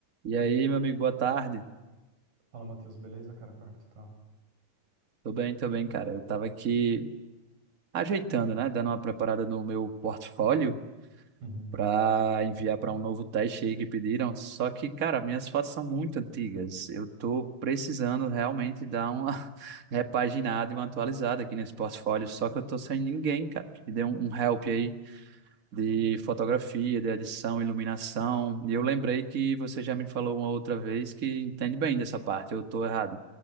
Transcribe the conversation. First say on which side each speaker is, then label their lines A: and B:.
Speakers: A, on the right; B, on the right.
A: E aí, meu amigo, boa tarde.
B: Fala, Matheus, beleza, cara? Como é que tu tá?
A: Tô bem, tô bem, cara. Eu tava aqui ajeitando, né? Dando uma preparada no meu portfólio
B: Uhum.
A: pra enviar pra um novo teste aí que pediram. Só que, cara, minhas fotos são muito antigas. Eu tô precisando realmente dar uma <laughs> repaginada e uma atualizada aqui nesse portfólio. Só que eu tô sem ninguém, cara, que me dê um, um help aí de fotografia, de edição, iluminação. E eu lembrei que você já me falou uma outra vez que entende bem dessa parte. Eu tô errado.